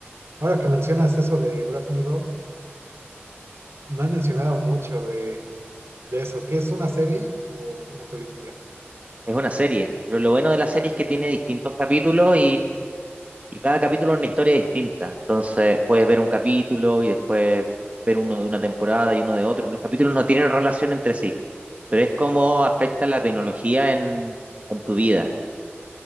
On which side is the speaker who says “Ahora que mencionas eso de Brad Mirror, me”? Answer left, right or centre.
Right